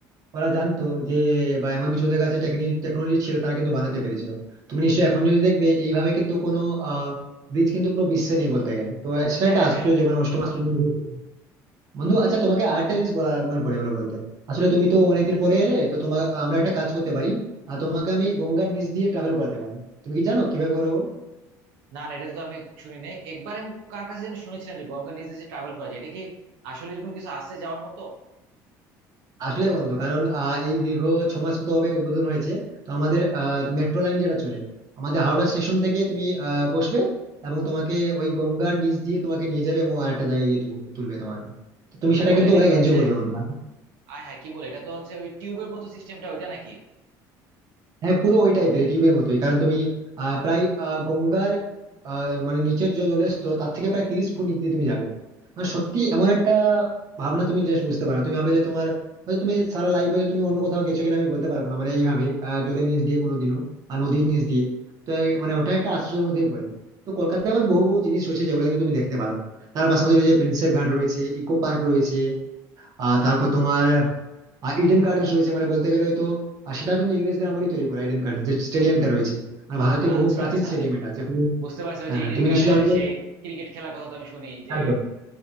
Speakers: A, on the right (about 50°); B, on the right (about 80°).
A: ওরা জানতো যে বা এমন কিছু ওদের কাছে টেকনিক টেকনোলজি ছিল তারা কিন্তু বানাতে পেরেছিল তুমি নিশ্চয়ই এখন যদি দেখবে এইভাবে কিন্তু কোনো আহ ব্রিজ কিন্তু পুরো বিশ্বে নেই বলতে গেলে তো সেটা
B: হ্যাঁ
A: একটা আশ্চর্য
B: হ্যাঁ
A: মানে অষ্টম আশ্চর্যের মধ্যে পড়ে। বন্ধু আচ্ছা তোমাকে আরেকটা জিনিস বলা মনে পড়ে গেলো বলতে আসলে তুমি তো অনেকদিন পরে এলে তো তোমার আমরা একটা কাজ করতে পারি আর তোমাকে আমি গঙ্গার নিচ দিয়ে ট্রাভেল করাতে পারি তুমি কি জানো কিভাবে করো
B: না না এটা তো আমি শুনি নাই একবার আমি কার কাছে যেন শুনেছিলাম যে গঙ্গা নিজে যে ট্রাভেল করা যায় এটা কি আসলে এরকম কিছু আছে যাওয়ার মতো
A: আসলে বন্ধু কারণ আহ, এই দীর্ঘ ছ মাস মতো হবে উদ্বোধন হয়েছে তো আমাদের মেট্রো লাইন যেটা চলে আমাদের হাওড়া স্টেশন থেকে তুমি আহ, বসবে এবং তোমাকে ওই গঙ্গার নিচ দিয়ে তোমাকে নিয়ে যাবে এবং আরেকটা জায়গায় গিয়ে তু- তুলবে তোমাকে তো তুমি
B: কি
A: সেটা
B: বলে
A: কিন্তু
B: এটা
A: অনেক
B: কি হচ্ছে
A: এনজয় করবে বন্ধু
B: আয় হ্যাঁ কি বলে এটা তো হচ্ছে ওই টিউবের মতো সিস্টেমটা ওইটা নাকি
A: হ্যাঁ পুরো ওই টাইপের টিউবের মতোই কারণ তুমি আহ, প্রায় আহ, গঙ্গার আহ, মানে নিচের যে জলের স্তর তার থেকে প্রায় তিরিশ ফুট নিচ দিয়ে তুমি যাবে মানে সত্যি এমন একটা ভাবনা তুমি জাস্ট বুঝতে পারো না। তুমি ভাবে যে তোমার হয়তো তুমি সারা লাইফ হয়তো তুমি অন্য কোথাও গেছো কিনা আমি বলতে পারবো না মানে এইভাবে আহ, জলের নিচ দিয়ে কোনোদিনও আর নদীর নিচ দিয়ে তো এই- মানে ওটা একটা আশ্চর্যের মধ্যেই পড়ে তো কলকাতায় এমন বহু বহু জিনিস রয়েছে যেগুলো কিন্তু তুমি দেখতে পারো তার পাশাপাশি রয়েছে প্রিন্সেপ ঘাট রয়েছে ইকো পার্ক রয়েছে আহ তারপর তোমার আর ইডেন গার্ডেন্স রয়েছে মানে বলতে গেলে হয়তো আর সেটা কিন্তু ইংরেজদের আমলই তৈরি করা ইডেন গার্ডেন্স যে স্টেডিয়ামটা রয়েছে আর ভারতের
B: আচ্ছা
A: বহু প্রাচীন
B: আচ্ছা
A: স্টেডিয়াম এটা যেখানে
B: বুঝতে পারছি ওই
A: আহ,
B: যে ইডেন
A: তুমি
B: গার্ডেনের
A: নিশ্চয়ই জানো যে-
B: সেই ক্রিকেট খেলার কথা তো আমি শুনি যে
A: একদম